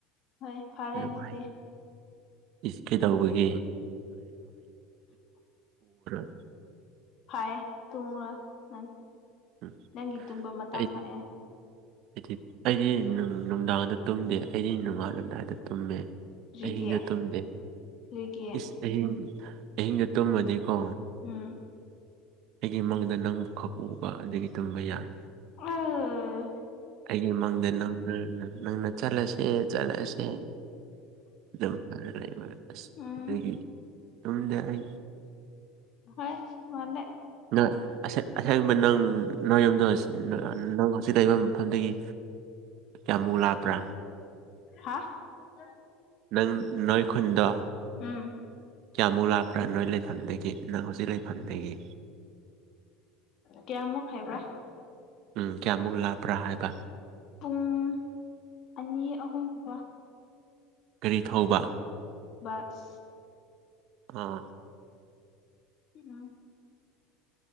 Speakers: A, on the left (about 45°); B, on the right (about 55°).
A: ꯍꯣꯏ ꯐꯔꯦ
B: ꯅꯨꯡꯉꯥꯏ
A: ꯑꯗꯨꯗꯤ
B: ꯏꯁ ꯀꯩꯗꯧꯕꯒꯤ <unintelligible>
A: ꯐꯥꯏ ꯇꯨꯝꯃꯨꯔꯣ ꯅꯪ
B: ꯎꯝ
A: ꯅꯪꯒꯤ ꯇꯨꯝꯕ ꯃꯇꯥꯡ
B: ꯑꯩ
A: ꯂꯥꯛꯑꯦ
B: ꯑꯩꯗꯤ ꯑꯩꯗꯤ ꯅꯨꯡ ꯅꯨꯡꯗꯥꯡꯗ ꯇꯨꯝꯗꯦ ꯑꯩꯗꯤ ꯅꯣꯡꯉꯥꯜꯂꯝꯗꯥꯏꯗ ꯇꯨꯝꯃꯦ
A: ꯀꯔꯤꯒꯤ
B: ꯑꯍꯤꯡꯗ ꯇꯨꯝꯗꯦ
A: ꯀꯔꯤꯒꯤ
B: ꯏꯁ ꯑꯍꯤꯡ ꯑꯍꯤꯡꯗ ꯇꯨꯝꯃꯗꯤꯀꯣ
A: ꯎꯝ
B: ꯑꯩꯒꯤ ꯃꯪꯗ ꯅꯪꯕꯨ ꯈꯛ ꯎꯕ ꯑꯗꯨꯒꯤ ꯇꯨꯝꯕ ꯌꯥꯗꯦ
A: ꯑꯥ
B: ꯑꯩꯒꯤ ꯃꯪꯗ ꯅꯪꯅ ꯅꯪꯅ ꯆꯠꯂꯁꯦ ꯆꯠꯂꯁꯦ ꯑꯗꯨꯝ ꯑꯗꯨ ꯂꯩꯕ ꯑꯁ
A: ꯎꯝ
B: ꯑꯗꯨꯒꯤ ꯇꯨꯝꯗꯦ ꯑꯩ
A: ꯍꯣꯏ ꯃꯥꯂꯦ
B: ꯅꯪ ꯑꯁꯦꯡꯕ ꯅꯪ ꯅꯣꯏ ꯌꯨꯝꯗꯣ ꯅꯪ ꯍꯧꯖꯤꯛ ꯂꯩꯕ ꯃꯐꯝꯗꯒꯤ ꯀꯌꯥꯃꯨꯛ ꯂꯥꯞꯄ꯭ꯔꯥ
A: ꯍꯥ ꯑ <inaudible>
B: ꯅꯪ ꯅꯣꯏ ꯈꯨꯟꯗꯣ
A: ꯎꯝ
B: ꯀꯌꯥꯃꯨꯛ ꯂꯥꯛꯄ꯭ꯔꯥ ꯅꯣꯏ ꯂꯩꯐꯝꯗꯒꯤ ꯅꯪ ꯍꯧꯖꯤꯛ ꯂꯩꯐꯝꯗꯒꯤ
A: ꯀꯌꯥꯃꯨꯛ ꯈꯥꯏꯕ꯭ꯔꯥ
B: ꯎꯝ ꯀꯌꯥꯃꯨꯛ ꯂꯥꯞꯄ꯭ꯔꯥ ꯍꯥꯏꯕ
A: ꯄꯨꯡ ꯑꯅꯤ ꯑꯍꯨꯝꯒꯨꯝꯕ
B: ꯒꯥꯔꯤ ꯊꯧꯕ
A: ꯁ <unintelligible>
B: ꯑꯥ
A: ꯎꯝ